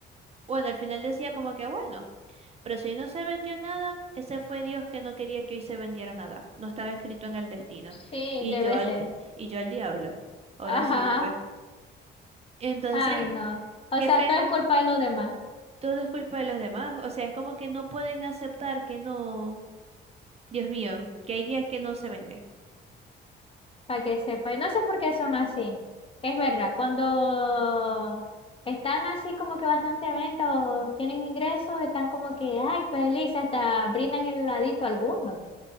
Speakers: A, on the right; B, on the left.
A: bueno, al final decía como que bueno, pero si hoy no se vendió nada, ese fue Dios que no quería que hoy se vendiera nada, no estaba escrito en el destino.
B: Sí,
A: Y
B: debe
A: yo al,
B: ser.
A: y yo al diablo. Ahora
B: Ajá.
A: sí, pues. Entonces,
B: Ay, no. O
A: jefe.
B: sea, todo es culpa de los demás,
A: todo es culpa de los demás. O sea, es como que no pueden aceptar que no, Dios mío, que hay días que no se vende.
B: para que sepa. Y no sé por qué son así. Es verdad, cuando están así como que bastante venta o tienen ingresos, están como que, ay, feliz, hasta brindan el heladito a algunos.